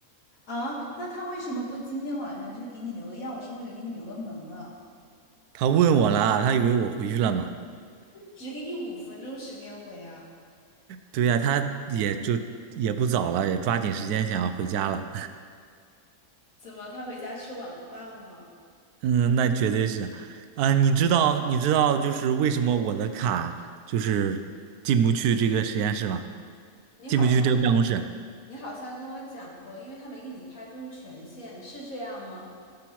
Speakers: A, on the left; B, on the right.
A: 啊，那他为什么不今天晚上就是给你留个钥匙或者给你留个门啊？
B: 他问我了，他以为我回去了嘛？
A: 只给你五分钟时间回啊？
B: 对呀，他也就也不早了，也抓紧时间想要回家了。
A: 怎么他回家吃晚饭吗？
B: 嗯，那绝对是，啊、你知道，你知道，就是为什么我的卡就是进不去这个实验室吗？
A: 你好像，
B: 进不去这个办公室？
A: 你好像跟我讲过，因为他没给你开通权限，是这样吗？